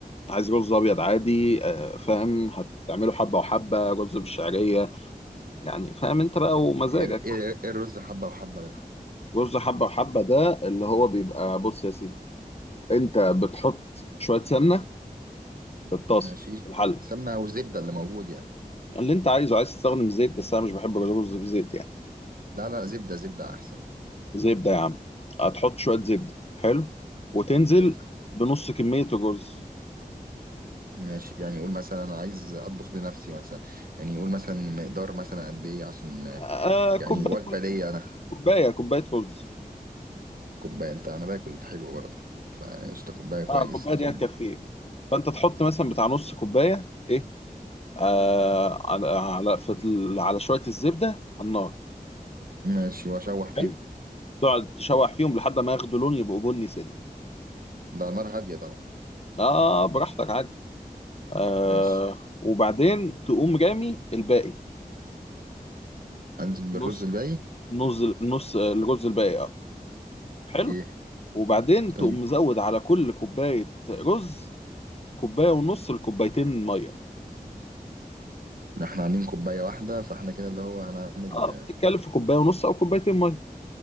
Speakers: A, on the left; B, on the right.
A: عايز رز ابيض عادي آه، فاهم هتعمله حبه وحبه رز بالشعريه يعني فاهم انت بقى ومزاجك
B: ايه ايه ايه الرز حبه وحبه ده
A: رز حبه وحبه ده اللي هو بيبقى بص يا سيدي انت بتحط شويه سمنه في الطاسه
B: ماشي
A: في الحله
B: سمنه او زبده اللي موجود يعني
A: اللي انت عايزه عايز تستخدم زيت بس انا مش بحب الرز بزيت يعني
B: لا لا زبده زبده احسن
A: زبده يا عم هتحط شويه زبده حلو وتنزل
B: حلو
A: بنص كميه الرز
B: ماشي يعني قول مثلا انا عايز اطبخ لنفسي مثلا يعني قول مثلا مقدار مثلا قد ايه عشان
A: آه
B: يعني
A: كوبايه
B: وجبه
A: رز
B: ليا انا
A: كوبايه كوبايه رز
B: كوبايه انت انا باكل حلو برضه فقشطه كوبايه كويس
A: اه كوبايه
B: اظن
A: دي هتكفيه فانت تحط مثلا بتاع نص كوبايه ايه آه على على في ال- على شويه الزبده على النار
B: ماشي واشوح فيهم
A: حلو تقعد تشوح فيهم لحد ما ياخدوا لون يبقوا بني سنه
B: ده نار هاديه طبعا
A: اه براحتك عادي آه
B: ماشي
A: وبعدين تقوم رامي الباقي
B: انزل
A: النص
B: بالرز الباقي
A: نص نص الرز الباقي اه حلو
B: اوكي
A: وبعدين
B: تمام
A: تقوم مزود على كل كوباية رز كوباية ونص لكوبايتين مية
B: احنا عاملين كوباية واحدة فاحنا كده اللي هو هنعمل
A: اه بتتكلم في كوباية ونص أو كوبايتين مية